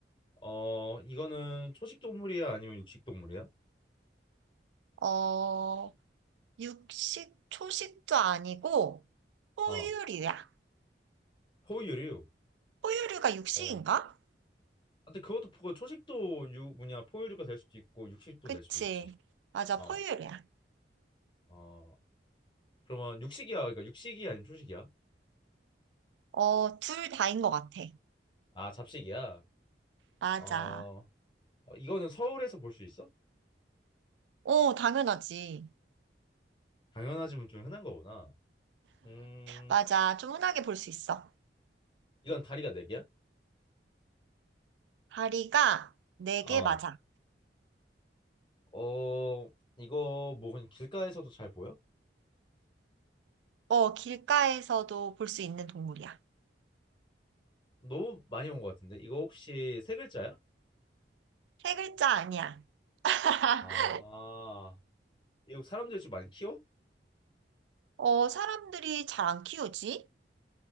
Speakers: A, on the left; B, on the right.
A: 어, 이거는 초식 동물이야, 아니면 육식 동물이야?
B: 어, 육식, 초식도 아니고 포유류야.
A: 어, 포유류.
B: 포유류가 육식인가?
A: 어, 아, 근데 그것도 포- 초식도 유, 뭐냐, 포유류가 될 수도 있고, 육식도
B: 그치.
A: 될 수도 있지.
B: 맞아,
A: 어,
B: 포유류야.
A: 어, 그러면 육식이야, 그러니까 육식이야, 아니면 초식이야?
B: 어, 둘 다인 것 같아.
A: 아, 잡식이야.
B: 맞아.
A: 어, 어, 이거는 서울에서 볼 수 있어?
B: 어, 당연하지.
A: 당연하지만 좀 흔한 거구나. 음,
B: <laughs> 맞아. 좀 흔하게 볼 수 있어.
A: 이건 다리가 네 개야?
B: 다리가 네
A: 아,
B: 개 맞아.
A: 어, 이거 뭐 그냥 길가에서도 잘 보여?
B: 어, 길가에서도 볼 수 있는 동물이야.
A: 너무 많이 온 것 같은데. 이거 혹시 세 글자야?
B: 세 글자 아니야. <laughs>
A: 아, 미국 사람들 좀 많이 키워?
B: 어, 사람들이 잘 안 키우지?